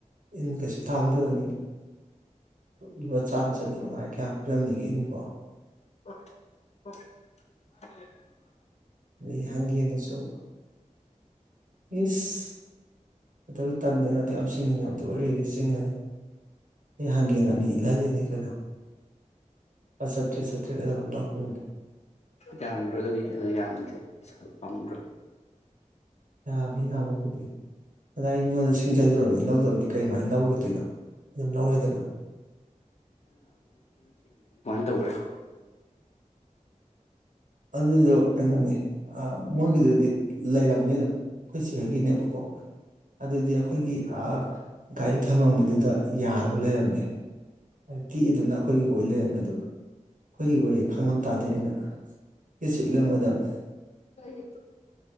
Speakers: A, on the right; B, on the left.
A: ꯏꯟ ꯀꯩꯁꯨ ꯇꯥꯡꯗꯕꯅꯤ ꯂꯨꯄꯥ ꯆꯥꯝꯃ ꯆꯅꯤ ꯃꯉꯥ ꯀꯌꯥ ꯄꯤꯔꯝꯅꯤꯒꯦ ꯏꯟꯕꯣ
B: ꯑꯣ ꯑꯣ
A: ꯑꯗꯩ ꯍꯪꯒꯦꯗꯨꯁꯨ ꯏꯁ ꯀꯩꯗꯧ ꯇꯟꯗꯣꯏꯅꯣ ꯑꯗꯨꯛ ꯌꯥꯝ ꯆꯤꯡꯅꯤꯡꯉꯕꯗꯨꯕꯣ ꯑꯩ ꯑꯣꯏꯗꯤ ꯆꯤꯡꯉꯅꯤ ꯑꯩ ꯍꯪꯒꯦꯟ ꯑꯅꯤ ꯏꯠꯍꯟꯂꯤꯅꯦ ꯀꯩꯅꯣ ꯆꯠꯇ꯭ꯔꯦꯠ ꯆꯠꯇ꯭ꯔꯦꯠ ꯑꯗ ꯂꯧꯈꯤꯕꯅꯦ
B: ꯌꯥꯝꯗ꯭ꯔꯣ ꯑꯗꯨꯗꯤ ꯌꯥꯝꯗ꯭ꯔꯣ ꯄꯩꯁꯥ ꯄꯥꯝꯃꯨꯗ꯭ꯔꯣ
A: ꯌꯥꯕ ꯌꯥꯝꯕꯕꯨꯗꯤ ꯑꯗ ꯑꯩ ꯃꯤꯉꯣꯟꯗ ꯁꯤꯡꯖꯜꯂꯨꯔꯕꯅꯤꯅ ꯂꯧꯗꯕꯗꯤ ꯀꯩꯃꯥꯏꯅ ꯂꯧꯔꯣꯏꯗꯣꯏꯅꯣ ꯑꯗꯨꯝ ꯂꯧꯔꯦꯗꯅ
B: ꯇꯧꯔꯦ
A: ꯑꯗꯨꯗꯣ ꯀꯩꯅꯣꯅꯤ ꯑꯥ ꯃꯣꯏꯒꯤꯗꯨꯗꯤ ꯂꯩꯔꯝꯃꯦ ꯑꯗꯨꯝ ꯑꯩꯈꯣꯏ ꯆꯦ ꯍꯣꯏꯒꯤꯅꯦꯕꯀꯣ ꯑꯗꯨꯗꯤ ꯑꯩꯈꯣꯏꯒꯤ ꯑꯥ ꯒꯥꯔꯤ ꯊꯝꯃꯝꯃꯤꯗꯨꯗ ꯌꯥꯔꯒ ꯂꯩꯔꯝꯃꯦ ꯇꯦꯛꯏꯗꯨꯅ ꯑꯩꯈꯣꯏꯒꯤ ꯑꯣꯏ ꯂꯩꯔꯝꯃꯦ ꯑꯗꯨ ꯑꯩꯈꯣꯏꯒꯤ ꯑꯣꯏ ꯈꯥꯡꯉꯝ ꯇꯥꯔꯗꯤ ꯑꯩꯅ ꯏꯁꯤꯠꯂꯝꯃꯣꯏꯗꯕꯅꯤ
B: <unintelligible> ꯑꯩ